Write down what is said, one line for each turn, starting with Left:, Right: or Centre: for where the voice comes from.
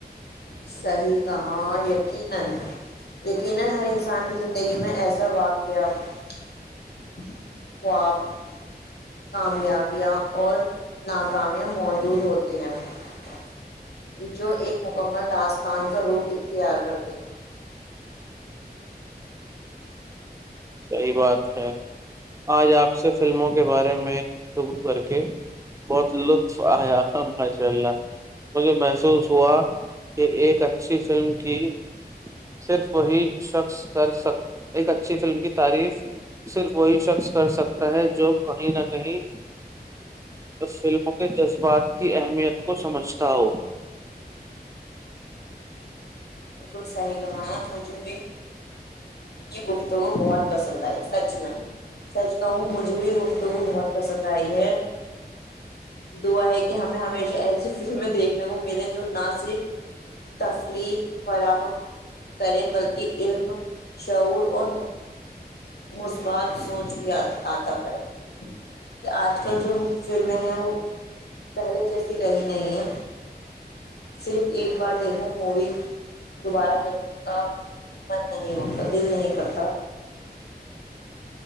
Left: <unintelligible> جو ایک مکمل داستان کا روپ اختیار کرتے ہیں
Right: صحیح بات ہے آج آپ سے فلموں کے بارے میں گفتگو کر کے بہت لطف آیا ماشاء اللہ مجھے محسوس <unintelligible> ہوا کہ ایک اچھی فلم کی صرف وہی شخص کر سک ایک اچھی فلم کی <unintelligible> تعریف صرف وہی شخص کر سکتا ہے جو کہیں نہ کہیں فلموں کے جذبات کی اہمیت کو سمجھتا ہو <unintelligible>
Left: بالکل صحیح کمایا مجھے بھی یہ گفتگو بہت پسند آئی سچ میں سچ کہوں مجھے بھی یہ گفتگو بہت پسند آئی ہے دعا ہے کہ ہمیں ہمیشہ ایسی فلمیں دیکھنے کو ملیں جو نہ صرف <unintelligible> تفریح <unintelligible> فراہم کریں بلکہ علم شعور اور مثبات سوچ بھی آتا کریں کیونکہ آج کل جو فلمیں ہیں وہ پہلے جیسی رہی نہیں ہے صرف ایک بار دیکھو مووی <unintelligible> دوبارہ دیکھ س کا من نہیں ہوتا دل نہیں کرتا <unintelligible>